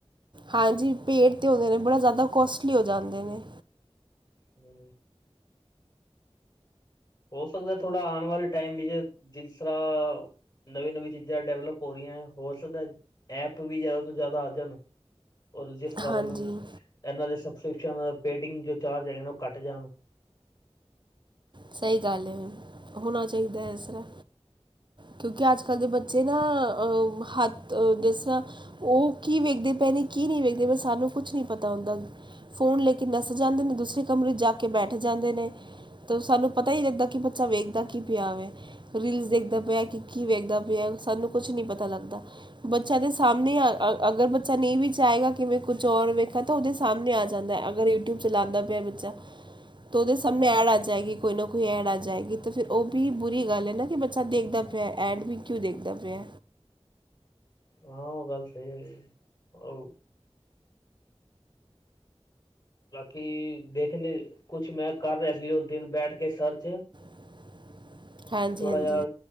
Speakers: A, on the right; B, on the left.
A: ਹਾਂਜੀ ਪੇਡ ਤੇ ਹੁੰਦੇ ਨੇ ਬੜਾ ਜ਼ਾਦਾ ਕੋਸਟਲੀ ਹੋ ਜਾਂਦੇ ਨੇ।
B: ਹੂੰ। ਹੋ ਸਕਦੈ ਥੋੜਾ ਆਨ ਵਾਲੇ ਟਾਈਮ ਵਿਚ ਜਿਸਰਾਂ ਨਵੀਂ-ਨਵੀਂ ਚੀਜ਼ਾਂ ਡੇਵਲਪ ਹੋ ਰਈਐਂ ਹੋ ਸਕਦੈ ਐਪ ਵੀ ਜ਼ਿਆਦਾ ਤੋਂ ਜ਼ਿਆਦਾ ਆ ਜਨ ਔਰ ਜਿਸ ਕਾਰਨ
A: ਹਾਂਜੀ
B: ਐਨਾਂ ਦੇ ਸਬਸਕ੍ਰਿਪਸ਼ਨ ਪੇਟਿੰਗ ਜੋ ਚਾਰਜ ਹੈਗੇ ਨੇ ਓ ਘੱਟ ਜਾਨ।
A: ਸਈ ਗੱਲ ਏ ਹੋਣਾ ਚਾਈਦੈ ਇਸਰ੍ਹਾਂ। ਕਿਉਂਕਿ ਅੱਜ ਕੱਲ੍ਹ ਦੇ ਬੱਚੇ ਨਾ ਅ ਹੱਥ ਡਿਸ ਓ ਕੀ ਵੇਖਦੇ ਪਏ ਨੇ, ਕੀ ਨੀ ਵੇਖਦੇ ਪੇ ਸਾਨੂੰ ਕੁਛ ਨੀ ਪਤਾ ਹੁੰਦਾ। ਫ਼ੋਨ ਲੈ ਕੇ ਨੱਸ ਜਾਂਦੇ ਨੇ, ਦੂਸਰੇ ਕਮਰੇ 'ਚ ਜਾ ਕੇ ਬੈਠ ਜਾਂਦੇ ਨੇ। ਤੋ ਸਾਨੂੰ ਪਤਾ ਈ ਨੀ ਲੱਗਦਾ ਕਿ ਬੱਚਾ ਵੇਖਦਾ ਕੀ ਪਿਆ ਵੇ, ਰੀਲਸ ਦੇਖਦਾ ਪਿਆ ਕਿ ਕੀ ਵੇਖਦਾ ਪਿਆ ਵ ਸਾਨੂੰ ਕੁਛ ਨੀ ਪਤਾ ਲੱਗਦਾ। ਬੱਚਾ ਦੇ ਸਾਹਮਣੇ ਆ ਅਗਰ ਬੱਚਾ ਨੀ ਵੀ ਚਾਏਗਾ ਕਿਵੇਂ ਕੁਝ ਔਰ ਵੇਖਣ ਤੋ ਓਦੇ ਸਾਮਣੇ ਆ ਜਾਂਦੈ ਅਗਰ ਯੂਟਿਊਬ ਚਲਾਂਦਾ ਪਿਐ ਬੱਚਾ ਤੋ ਓਦੇ ਸਾਮਣੇ ਐਡ ਆ ਜਾਏਗੀ, ਕੋਈ ਨਾ ਕੋਈ ਐਡ ਆ ਜਾਏਗੀ ਤੇ ਫੇਰ ਓ ਵੀ ਬੁਰੀ ਗੱਲ ਏ ਨਾ ਕਿ ਬੱਚਾ ਦੇਖਦਾ ਪਿਐ ਐਡ ਵੀ ਕਿਉਂ ਦੇਖਦਾ ਪਿਐ।
B: ਹਾਂ ਓ ਗੱਲ ਸਈ ਹੈਗੀ ਏ। ਓ ਬਾਕੀ ਦੇਖਣੇ ਕੁਛ ਮੈਂ ਕਰ ਰਿਆ ਸੀ ਓਸ ਦਿਨ ਬੈਠ ਕੇ ਸਰਚ।
A: <inaudible> ਹਾਂਜੀ
B: ਥੋੜਾ
A: ਹਾਂਜੀ
B: ਜੇਆ